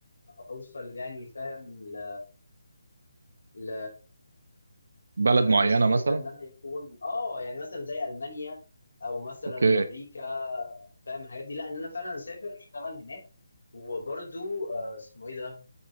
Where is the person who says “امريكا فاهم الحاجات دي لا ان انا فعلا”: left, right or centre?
Left